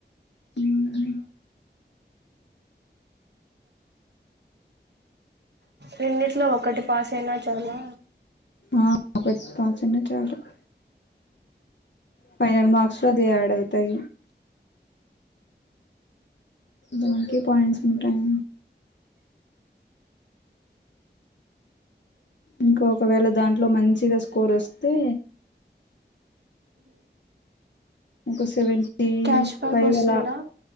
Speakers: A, on the left; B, on the right.
A: మ్
B: రెండిట్లో ఒకటి పాస్ అయినా చాలా
A: ఆబట్ పా చిన్న చాలు <inaudible> ఫైనల్ మార్క్స్ లో అదియాడవుతాయి దానికి పాయింట్స్ ఉంటాయి ఇంకా ఒకవేళ దాంట్లో మంచిగా స్కోర్ వస్తే ఇంకా సెవెన్ టీ
B: క్యాష్ బ్యాక్
A: ఫైవలా
B: వస్తుందా